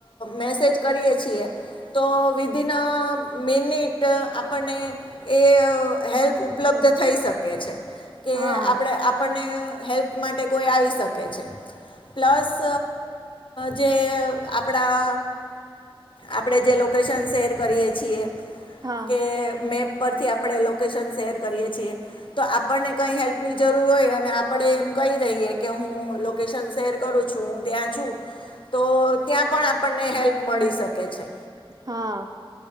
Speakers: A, on the left; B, on the right.
A: મેસેજ કરીએ છીએ. તો વિધિન અ મીનિટ આપણને એ હેલ્પ ઉપલબ્ધ થઈ શકે છે. કે
B: હા
A: આપણે આપણને હેલ્પ માટે કોઈ આવી શકે છે. પ્લસ સ જે આપડા આપણે જે લોકેશન શેર કરીએ છીએ.
B: હા
A: કે મે ઉરપથી આપણે લોકેશન શેર કરીએ છીએ. તો આપણને કઈ હેલ્પની જરૂર હોય અને આપણે એમ- કહી દઈએ કે, હું લોકેશન શેર કરું છું. ત્યાં છું. તો ત્યાં પણ આપણને હેલ્પ મળી શકે છે.
B: હા.